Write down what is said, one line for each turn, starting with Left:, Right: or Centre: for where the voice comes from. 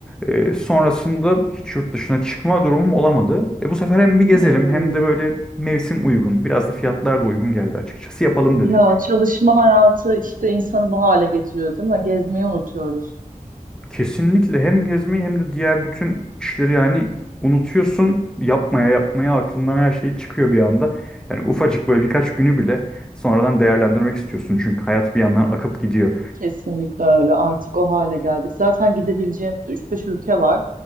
Centre: E, sonrasında hiç yurt dışına çıkma durumum olamadı. E, bu sefer hem bir gezelim
Right: Hmm.
Centre: hem de böyle mevsim uygun. Biraz da fiyatlar da uygun geldi açıkçası. Yapalım
Right: Ya
Centre: dedik.
Right: çalışma hayatı işte insanı bu hale getiriyor değil mi? Gezmeyi unutuyoruz.
Centre: Kesinlikle hem gezmeyi hem de diğer bütün işleri yani unutuyorsun yapmaya yapmaya aklından her şey çıkıyor bir anda. Yani ufacık böyle birkaç günü bile sonradan değerlendirmek istiyorsun çünkü hayat bir yandan akıp gidiyor.
Right: Kesinlikle öyle. Artık o hale geldik. Zaten gidebileceğimiz üç beş ülke var.